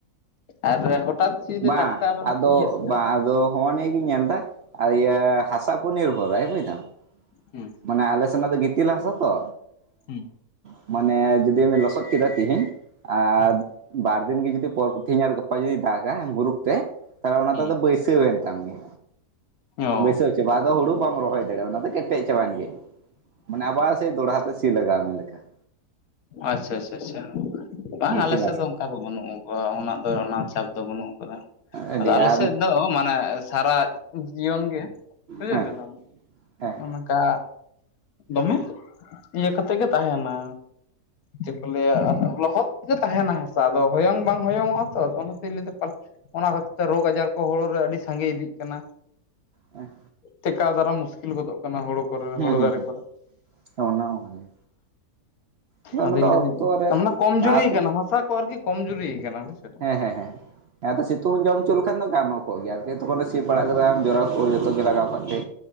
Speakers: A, on the left; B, on the right.
A: ᱟᱨ ᱦᱚᱴᱟᱛ ᱡᱩᱫᱤ
B: ᱵᱟᱝ
A: ᱴᱟᱴᱠᱟ ᱵᱟᱢ
B: ᱟᱫᱚ
A: ᱥᱤᱭᱟ ᱥᱮ
B: ᱵᱟᱝ ᱟᱫᱚ ᱦᱚᱸᱜᱼᱚᱭ ᱱᱤᱭᱟᱹ ᱜᱤᱧ ᱧᱮᱞ ᱮᱫᱟ, ᱟᱨ ᱤᱭᱟᱹ ᱦᱟᱥᱟ ᱳᱯᱚᱨ ᱱᱤᱨᱵᱷᱚᱨᱟᱭ ᱵᱩᱡ ᱫᱟᱢ᱾
A: ᱦᱩᱸ᱾
B: ᱢᱟᱱᱮ ᱟᱞᱮ ᱥᱮᱱᱟᱜ ᱫᱚ ᱜᱤᱛᱤᱞ ᱦᱟᱥᱟ ᱛᱚ,
A: ᱦᱩᱸ᱾
B: ᱢᱟᱱᱮ ᱡᱩᱫᱤᱢ ᱞᱚᱥᱚᱫ ᱠᱮᱫᱟ ᱛᱤᱦᱤᱧ <unintelligible>
A: ᱦᱩᱸ
B: ᱵᱟᱨ ᱫᱤᱱ ᱜᱮ ᱡᱩᱫᱤ ᱯᱚᱨ ᱯᱚᱨ ᱛᱮᱦᱮᱧ ᱟᱨ ᱜᱟᱯᱟ ᱡᱩᱫᱤ ᱫᱟᱜᱟᱭ ᱢᱩᱨᱩᱠ ᱛᱮ, ᱛᱟᱦᱚᱞᱮ ᱚᱱᱟ
A: ᱦᱩᱸ
B: ᱫᱚ ᱟᱫᱚ ᱵᱟᱹᱭᱥᱟᱹᱣ ᱮᱱ ᱛᱟᱢ ᱜᱮ,
A: ᱚ
B: ᱵᱟᱹᱭᱥᱟᱹᱣ ᱦᱚᱪᱚ ᱵᱟ ᱟᱫᱚ ᱦᱩᱲᱩ ᱵᱟᱢ ᱨᱚᱦᱚᱭ ᱫᱟᱲᱮᱭᱟᱜᱼᱟ ᱚᱱᱟ ᱫᱚ ᱠᱮᱴᱮᱡ ᱪᱟᱵᱟ ᱮᱱ ᱜᱮ᱾ ᱢᱟᱱᱮ ᱟᱵᱟᱨ ᱥᱮ ᱫᱚᱲᱦᱟ ᱛᱮ ᱥᱤ ᱞᱟᱜᱟᱣ ᱢᱮ ᱞᱮᱠᱷᱟ᱾
A: ᱟᱪᱪᱷᱟ ᱟᱪᱪᱷᱟ ᱟᱪᱪᱷᱟ ᱵᱟᱝ
B: ᱜᱤᱛᱤᱞ
A: ᱟᱞᱮ ᱥᱮᱫ
B: ᱦᱟᱥᱟ
A: ᱫᱚ ᱚᱝ ᱠᱟ‌ ᱫᱚ ᱵᱟᱹᱱᱩᱜ ᱟᱠᱟᱫᱟ ᱩᱱᱟᱹᱜ ᱫᱚ ᱚᱱᱟ ᱪᱟᱯ ᱫᱚ ᱵᱟᱹᱱᱩᱜ ᱟᱠᱟᱫᱟ᱾
B: ᱟᱹᱰᱤ
A: ᱟᱫᱚ
B: ᱟᱨ
A: ᱟᱞᱮ ᱥᱮᱫ ᱫᱚ ᱢᱟᱱᱮ ᱥᱟᱨᱟ ᱡᱤᱭᱚᱱ ᱜᱮ ᱵᱩᱡᱷᱟᱹᱣ
B: ᱦᱮᱸ
A: ᱠᱮᱫᱟᱢ,
B: ᱦᱮᱸ
A: ᱚᱱᱠᱟ, ᱫᱚᱢᱮ ᱤᱭᱟᱹ ᱠᱟᱛᱮᱫ ᱜᱮ ᱛᱟᱦᱮᱸᱱᱟ᱾ ᱪᱮᱫ ᱠᱚ ᱞᱟᱹᱭᱟ ᱞᱚᱦᱚᱫ ᱜᱮ ᱛᱟᱦᱮᱸᱱᱟ ᱦᱟᱥᱟ ᱟᱫᱚ ᱦᱚᱭᱚᱝ ᱵᱟᱝ ᱦᱚᱭᱚᱝᱚᱜᱼᱟ ᱛᱚ ᱚᱱᱟ ᱛᱤᱧ ᱞᱟᱹᱭᱫᱟ ᱯᱟᱞᱮᱫ ᱚᱱᱟ ᱠᱷᱟᱹᱛᱤᱨ ᱛᱮ ᱨᱳᱜᱽ ᱟᱡᱟᱨ ᱠᱚ ᱦᱩᱲᱩ ᱨᱮ ᱟᱹᱰᱤ ᱥᱟᱺᱜᱮ ᱤᱫᱤᱜ ᱠᱟᱱᱟ᱾
B: ᱦᱮᱸ᱾
A: ᱴᱮᱠᱟᱣ ᱫᱟᱨᱟ ᱢᱩᱥᱠᱤᱞ ᱜᱚᱫᱚᱜ ᱠᱟᱱᱟ ᱦᱳᱲᱳ ᱠᱚᱨᱮ
B: ᱦᱮᱸ
A: ᱦᱳᱲᱳ
B: ᱦᱮᱸ
A: ᱫᱟᱨᱮ
B: ᱦᱮᱸ,
A: ᱠᱚᱨᱮ
B: ᱦᱮᱸ ᱚᱱᱟ ᱦᱚᱸ ᱠᱟᱱ ᱜᱮ᱾ ᱟᱫᱚ
A: ᱟᱫᱚᱧ
B: ᱚᱱᱟ ᱫᱚ
A: ᱞᱟᱹᱭᱫᱟᱹᱧ
B: ᱚᱠᱛᱚ ᱨᱮ
A: ᱢᱟᱱᱮ ᱠᱚᱢᱡᱩᱨᱤ
B: ᱯᱟᱥᱚᱠ
A: ᱠᱟᱱᱟ ᱦᱟᱥᱟ ᱠᱚ ᱟᱨᱠᱤ ᱠᱚᱢᱡᱩᱨᱤ ᱠᱟᱱᱟ ᱵᱩᱡᱷᱟᱹᱣ᱾
B: ᱦᱮᱸ ᱦᱮᱸ ᱦᱮᱸ, ᱦᱮᱸ ᱟᱫᱚ ᱥᱤᱛᱩᱝ ᱮᱢ ᱡᱚᱢ ᱦᱚᱪᱚ ᱞᱮᱠᱷᱟᱱ ᱫᱚ ᱜᱟᱱᱚᱜ ᱠᱚᱜ ᱜᱮᱭᱟ ᱟᱨᱠᱤ ᱛᱚᱠᱷᱚᱱ ᱫᱚ ᱥᱤ ᱯᱟᱲᱟᱜ
A: ᱦᱳᱭ
B: ᱠᱟᱫᱟᱢ ᱡᱚᱨᱟᱣ ᱠᱚ ᱡᱚᱛᱚ ᱜᱮ ᱞᱟᱜᱟᱣ ᱠᱟᱜ ᱛᱮ